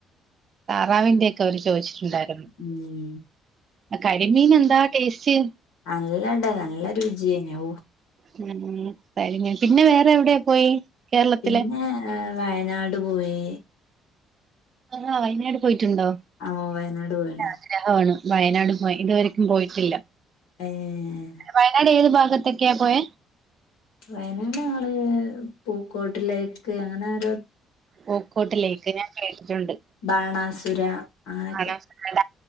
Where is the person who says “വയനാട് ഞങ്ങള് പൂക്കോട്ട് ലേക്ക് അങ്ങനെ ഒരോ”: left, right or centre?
Left